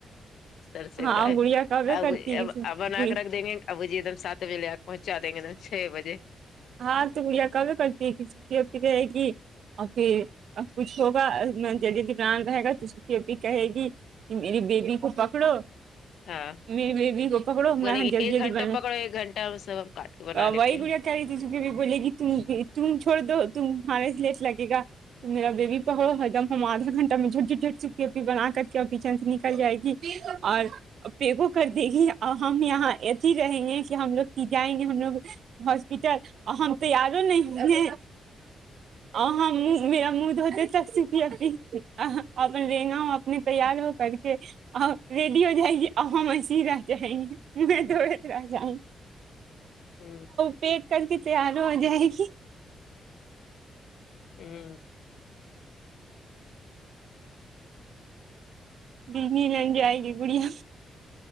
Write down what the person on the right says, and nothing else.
ہاں
گڑیا کبے
کرتی
ہے
ہاں تم یہ کرو <inaudible> کرتی ہے کٹی رہے گی اور پھر اب کچھ ہوگا جگہ بلان رہے گا تو ابھی کہے گی میری بے بی کو پکڑو
میری بیبی کو پکڑو
میں
جلدی
جلدی
بنلیتی
<inaudible>
وائی
گڑیا کہ رہی تھی <unintelligible> بولیگی ت تم چھوڑ دو تم ہمار سے لیٹ لگے گا میرا بیبی پہڑو ایک دم ہم آدا گھنٹہ میں جھٹ جھٹ بنا کر کے اور کچن سے نکل جائے گی اور اب دیکھو کر دے گی اور ہم یہاں ایسی ہی رہیں گے کہ ہم لوگ کی جائیں گے ہم لوگ ہاسپٹل ہم تو یارو نہیں ہے ا ہم میرا منہ دھوتے <unintelligible> نے تیار ہو کر کے اور ریڈیو جائے گی اب ہم ایسےہی رہتے ہے <unintelligible>
پیٹ کر کے تیار ہو جائے گی
دزنی لینڈ جائے گی گڑیا